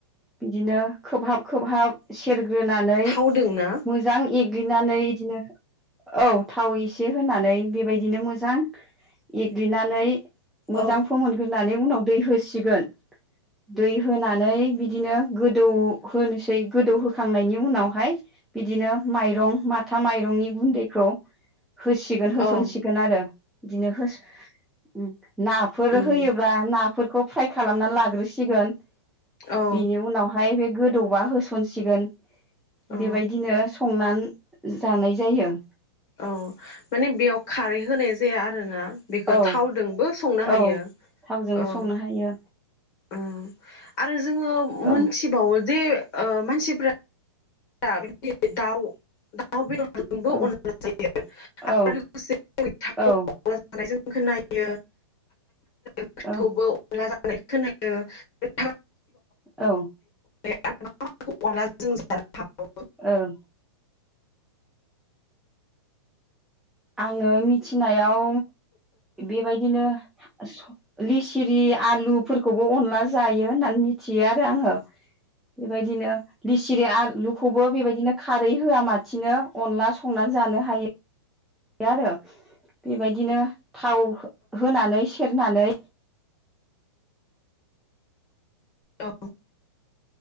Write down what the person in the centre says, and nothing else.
बिदिनो खोबहाब खोबहाब सेर ग्रोनानै
मोजां इ थुग्लिनानै इदिनो औ थाव एसे होनानै बेबायदिनो मोजां एग्लिनानै मोजां
फोमोनग्रोनानै उनाव दै होसिगोन दै होनानै बिदिनो गोदौ होनोसै गोदौ होखांनायनि उनावहाय बिदिनो माइरं मा माथा माइरंनि गुन्दैखौ होसिगोन होसनसिगोन
आरो बिदिनो होस ओम नाफोर
होयोब्ला ना फोरखौ फ्राय खालामना लाग्रोसिगोन
बेनि उनावहाय बे गोदौबा होसनसिगोन
बेबायदिनो संनानै जानाय जायो
औ
औ थावजोंबो
संनो हायो
औ
औ
औ
औ
औ
औ।
ओं आङो मिथिनायाव बेबायदिनो स-लिसिरि आलु फोरखौबो अनला जायो होननानै मिथियो आरो आंङो। बेबायदिनो लिसिरि आलुखौबो बेबायदिनो खारै होआ लासिनो अनला संनानै जानो हायो। गैया आरो बेबायदिनो थाव होनानै सेरनानै